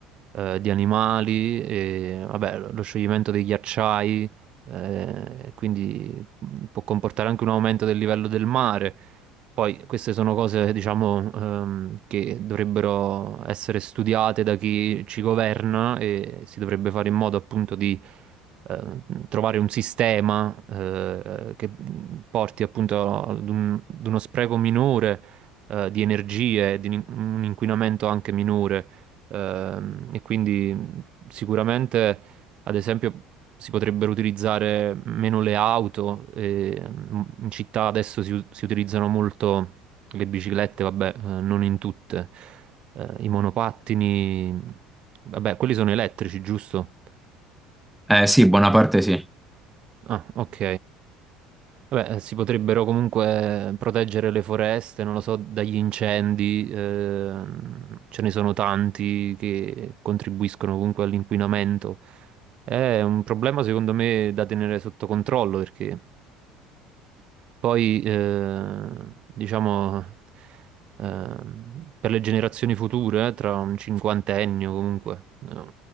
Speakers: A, on the right; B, in the centre.
A: eh, di animali, e, vabbè, lo scioglimento dei ghiacciai, eh, e quindi mh, può comportare anche un aumento del livello del mare. Poi queste sono cose, diciamo, ehm, che dovrebbero essere studiate da chi ci governa e si dovrebbe fare in modo appunto di eh, trovare un sistema eh, che porti appunto ad, un- ad uno spreco minore eh, di energie, e di un un inquinamento anche minore. Ehm, e quindi sicuramente, ad esempio, si potrebbero utilizzare meno le auto. e, mm, in città adesso si, u- si utilizzano molto le biciclette, vabbè, eh, non in tutte. Eh, i monopattini, vabbè, quelli sono elettrici, giusto?
B: Eh sì, buona parte sì.
A: Ah, ok. Vabbè, eh, si potrebbero comunque proteggere le foreste, non lo so, dagli incendi, ehm, ce ne sono tanti che contribuiscono comunque all'inquinamento. È un problema secondo me da tenere sotto controllo perché poi, eh, diciamo, ehm, per le generazioni future, eh, tra un cinquantennio comunque, eh,